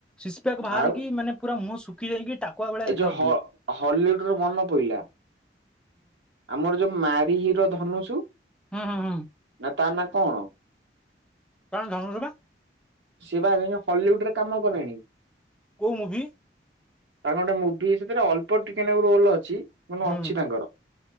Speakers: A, in the centre; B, on the right.
A: ସିସପ୍ୟାକ୍ ବାହାରି
B: ଆଉ
A: ମାନେ ପୁରା ମୁହଁ ଶୁଖି ଯାଇକି ଟାକୁଆ ଭଳିଆ
B: ଏଇ
A: ଦେଖାଯାଉଥୁଲେ।
B: ଯୋଉ ହ ହଲିଉଡ ରୁ ମନେ ପଇଲା ଆମର ଯୋଉ ମାରି ହିରୋ ଧନୁଷୁ
A: ହୁଁ ହୁଁ ହୁଁ।
B: ନା ତା ନାଁ କଣ?
A: କାରଣ ଧନୁର ବା
B: ସିଏ ପ <unintelligible> ହଲିଉଡରେ କାମ କଲେଣି।
A: କୋଉ ମୁଭି?
B: ତାଙ୍କ ଗୋଟେ ମୁଭି ସେଥିରେ ଅଳ୍ପ ଟିକେନାକୁ ରୋଲ ଅଛି କିନ୍ତୁ
A: ହୁଁ
B: ଅଛି ତାଙ୍କର।